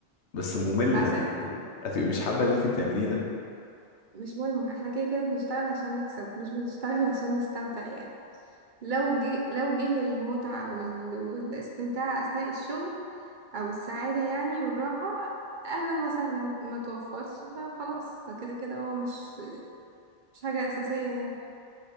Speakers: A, on the left (about 80°); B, on the right (about 50°).
A: بس ممل
B: عشان
A: هتبقي هتبقي مش حابة اللي انت بتعمليه ده
B: مش مهم احنا كده كده بنشتغل عشان نكسب مش بنشتغل عشان نستمتع يعني لو جه لو جه المتعة وال... والاستمتاع أثناء الشغل أو السعادة يعني والراحة أهلا وسهلا ما توفرش فخلاص فكده كده هو مش مش حاجة أساسية يعني